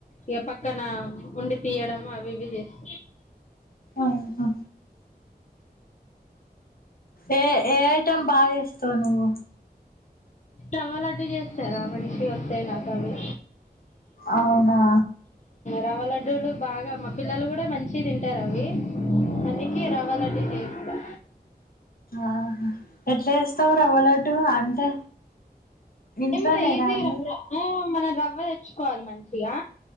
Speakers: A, on the left; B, on the left.
A: ఇగ పక్కన ఉండి తీయడం అవివి జేస్
B: ఆహా ఏ ఏ ఐటెం బాగ జేస్తావ్ నువ్వు
A: రవ్వ లడ్డు జేస్తారా మంచిగొస్తాయ్ నాకు అవి
B: అవునా
A: రవ్వ లడ్డూలు బాగా మా పిల్లలు గూడా మంచిగ తింటారు అవి అందుకే రవ్వలడ్డు జేస్తా
B: ఆహా ఎట్లా జేస్తావ్ రవ్వ లడ్డు అంటే ఇంట్లోనేనా
A: ఏము <unintelligible> ఈజీ
B: అండి
A: రప్పురా మన రవ్వ దెచ్చుకోవాలి మంచిగా